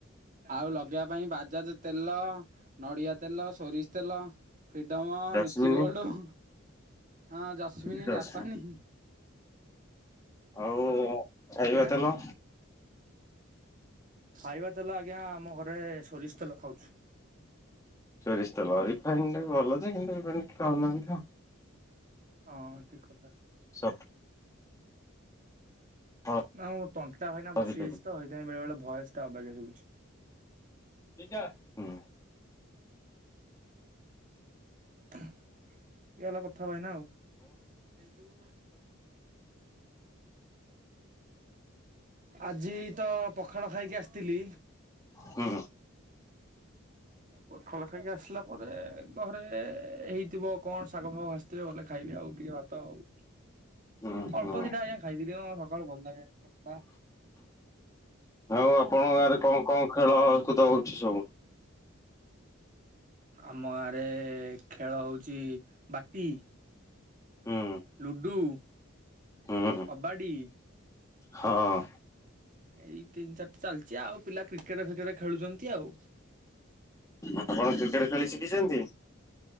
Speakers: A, on the right; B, on the left.
A: ଆଉ ଲଗେଇବା ପାଇଁ ବାଜାଜ ତେଲ ନଡିଆ ତେଲ ସୋରିଷ ତେଲ ଫ୍ରିଡମ
B: ଜସ୍ମିନି
A: ରୁଚି ଗୋଲଡ଼୍ ହଁ ଜସ୍ମିନୀ
B: ଜସ୍
A: ଜାପାନୀ
B: ଆଉ ଖାଇବା
A: ଆଜ୍ଞା
B: ତେଲ?
A: ଖାଇବା ତେଲ ଆଜ୍ଞା ଆମ ଘରେ ସୋରିଷ ତେଲ ଖାଉଛୁ।
B: ସୋରିଶ ତେଲ ରିଫାଇଣ୍ଡ ଭଲଯେ କିନ୍ତୁ ଖାଉନାହାନ୍ତି ଆଉ।
A: ହଁ ଠିକ କଥା।
B: ସବ ହୁଁ
A: ନା ମୁଁ ତଣ୍ଟା କାଇନା
B: ହଉ
A: ବସି ଯାଇଛି ତ ସେଥିପାଇଁ ବେଳେ ବେଳେ ଭୟସ ଟା ଅବାଗିଆ ସୁବୁଛି।
B: ଦିଟା ହଁ।
A: ଇଏ ହେଲା କଥା ଭାଇନା ଆଉ। ଦେ ଦୁ ଆଜି ତ ପଖାଳ ଖାଇକି ଆସି ଥିଲି।
B: ହୁଁ
A: ପଖାଳ ଖାଇକି ଆସିଲା ପରେ ଘରେ ହେଇଥିବ କଣ ଶାଗ ଫାଗ ଭାଜିଥିବେ ଗଲେ ଖାଇବି ଆଉ ଟିକେ ଭାତ ଆଉ।
B: ହୁଁ ହୁଁ।
A: ଅଳ୍ପ ଦିଟା ଆଜ୍ଞା ଖାଇଥିଲି ମ ସକାଳୁ ଭଲ ଲାଗିଲାନି ପେଟ୍ ଟା
B: ଆଉ ଆପଣଙ୍କ ଗାଁରେ କଣ କଣ ଖେଳ କୁଦ ହଉଛି ସବୁ?
A: ଆମ ଗାଁରେ ଖେଳ ହଉଛି ବାଟି
B: ହୁଁ
A: ଲୁଡୁ
B: ହୁଁ
A: କବାଡ଼ି
B: ହଁ।
A: ଏଇ ତିନି ଚାରିଟା ଚାଲିଛି ଆଉ ପିଲା କ୍ରିକେଟ ଫିକେଟ ଖେଳୁଛନ୍ତି ଆଉ।
B: ଆପଣ କ୍ରିକେଟ ଖେଳି ଶିଖିଛନ୍ତି?